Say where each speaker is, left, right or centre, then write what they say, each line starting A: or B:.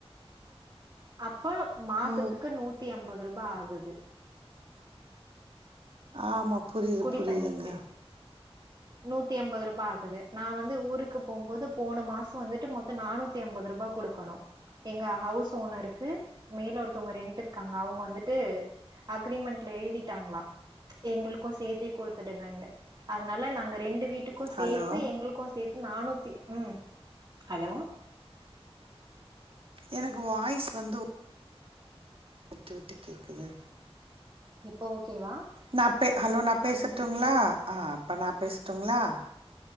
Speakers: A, on the right; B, on the right.
A: அப்ப மாசத்துக்கு
B: ஓ
A: நூத்தி ஐம்பது ரூபாய் ஆகுது
B: ஆமா புரியுது
A: குடி
B: புரியுதுங்க
A: தண்ணிக்கு. நூத்தி எம்பது ரூபா ஆகுது நா வந்து ஊருக்கு போகும்போது போன மாசோ வந்துட்டு மொத்தோ நானூத்தி ஐம்பது ரூபா குடுக்கணு எங்க ஹவுஸ் ஓனருக்கு மேல ஒருத்தவங்க ரென்ட் இருக்காங்க அவுங்க வந்துட்டு அக்ரிமெண்ட்ல எழுதிட்டாங்களா எங்களுக் கு சேத்தே குடுத்துடுங்கன்னுட்ட அதனால நாங்க ரெண்டு வீட்டுக்கு
B: ஹலோ
A: சேத்து எங்களுக்கு சேத்து நானூத்தி ம் ஹலோ
B: எனக்கு வாய்ஸ் வந்து விட்டு விட்டு கேக்குது
A: இப்போ ஓகே வா
B: நா பே ஹலோ நா பேசட்டுங்களா ஆ அப்போ நா பேசட்டுங்களா